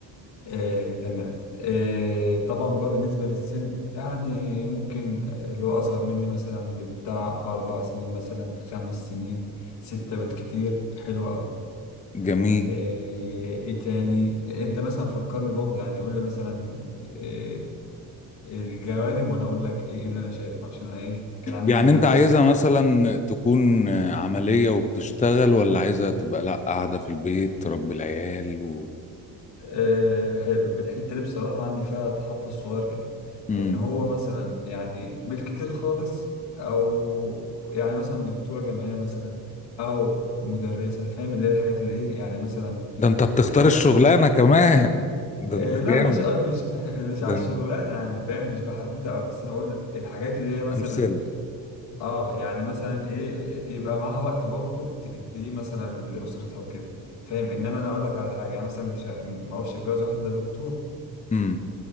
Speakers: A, on the left; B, on the left.
A: إيه تمام إيه طبعا بقى بالنسبه للسن يعني ممكن اللي هو اصغر مني مثلا بتاع اربع سنين مثلا خمس سنين ستة بالكتير حلوة أوي
B: جميل
A: ايه إيه تاني انت مثلا فكرني برضه يعني قول لي مثلا إيه الجوانب وانا اقول لك ايه اللي انا شايفه عشان أنا ايه كان عندي
B: يعني
A: امتحانات
B: انت
A: بس
B: عايزها
A: و...
B: مثلا تكون عملية وبتشتغل ولا عايزها تبقى لا قاعدة في البيت تربي العيال و...
A: إيه حلو الحتة دي بصراحة عندي فيها تحفظ صغير كده
B: مم.
A: ان هو مثلا يعني بالكتير خالص او يعني مثلا دكتورة جامعية مثلا او مدرسة فاهم اللي هي الحاجات اللي ايه يعني مثلا
B: ده انت بتختار
A: إيه كامسة
B: الشغلانة كمان ده
A: إيه
B: انت
A: لا
B: جامد
A: مش آه، مش <laughs> مش
B: ده
A: على الشغلانه
B: انت
A: يعني فاهم مش بحددها قوي بس انا اقول الحاجات اللي هي مثلا
B: امثلة
A: اه يعني مثلا ايه إيه، يبقى معاها وقت برضو تديه مثلا لاسرتها وكده فاهم انما انا اقول لك على حاجه يعني مثلا مش ه- ما اروحش اتجوز واحد ده دكتور
B: امم